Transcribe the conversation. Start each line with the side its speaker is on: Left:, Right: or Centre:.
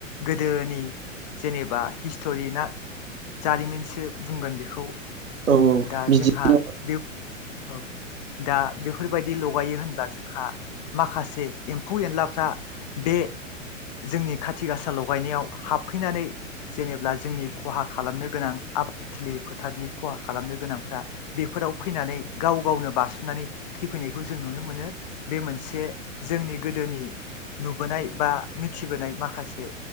Left: गोदोनि जेनेबा हिस्ट'रि ना जारिमिनसो बुंगोन बेखौ
Right: औ औ
Left: दा
Right: बिदिनो
Left: जोंहा बे औ दा बेफोरबायदि ल लगायो होनब्ला जोंहा माखासे एम्फौ एनलाफ्रा बे जोंनि खाथि गासा लगायनायाव हाबफैनानै जेनेब्ला जोंनि खहा खालामनो गोनां आबादथिलि फोथारनि खहा खालामनो गोनांफ्रा बेफोराव फैनानै गाव गावनो बारसोमनानै थैफैनाय खौ जों नुनो मोनो बे मोनसे जोंनि गोदोनि नुबोनाय बा मिथिबोनाय माखासे